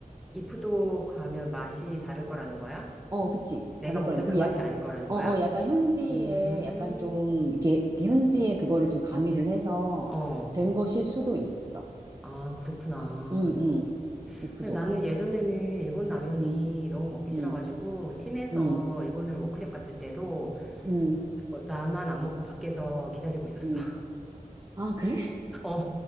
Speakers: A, in the centre; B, on the right.
A: 이프도 가면 맛이 다를 거라는 거야?
B: 어, 그치.
A: 내가
B: 다를
A: 먹던
B: 거는 그게
A: 그 맛이
B: 약,
A: 아닐 거라는
B: 어,
A: 거야?
B: 어, 약간 현지에
A: 음.
B: 약간 좀 이렇게
A: 음.
B: 이렇게 현지에 그거를 좀 가미를 해서
A: 어,
B: 된 것일 수도 있어.
A: 아, 그렇구나.
B: 응, 응. 이프도가.
A: 근데 나는 예전에는 일본 라면이
B: 응,
A: 너무 먹기
B: 응,
A: 싫어가지고, 팀에서
B: 응,
A: 일본으로 워크숍 갔을 때도,
B: 응,
A: 어, 나만 안 먹고 밖에서 기다리고 있었어.
B: 응.
A: <laughs>
B: 아, 그래?
A: 어,